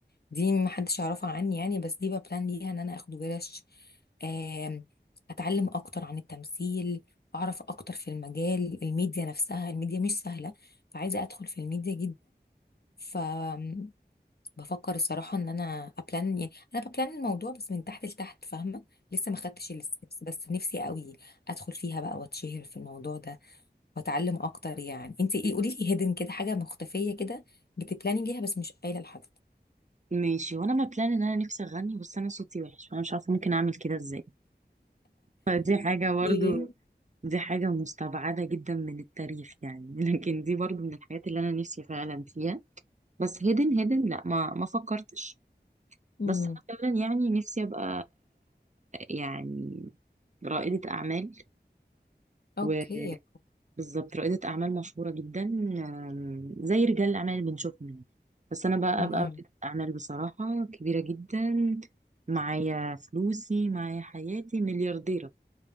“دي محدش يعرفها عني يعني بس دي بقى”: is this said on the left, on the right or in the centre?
Left